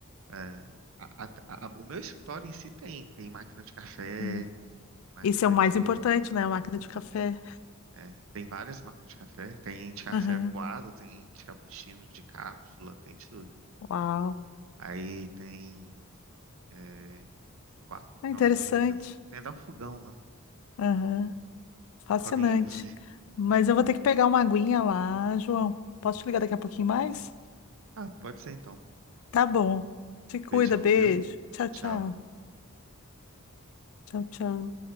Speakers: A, on the right (about 65°); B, on the left (about 70°).
A: é, a- a- a- o meu escritório em si tem, tem máquina de café,
B: É.
A: máquina
B: Isso é o mais
A: de,
B: importante, né? A máquina de café.
A: é, tem várias máquinas de café, tem de café
B: Aham.
A: coado, tem de cappuccino, de cápsula, tem de tudo.
B: Uau.
A: Aí tem, é, quatro micro-ondas,
B: É interessante.
A: tem até um fogão lá,
B: Aham. Fascinante.
A: não que alguém use.
B: Mas eu vou ter que pegar uma aguinha lá, João. Posso te ligar daqui a pouquinho mais?
A: Ah, pode ser então.
B: Tá bom. Te cuida,
A: Beijão,
B: beijo.
A: viu?
B: Tchau,
A: Tchau.
B: tchau. Tchau, tchau.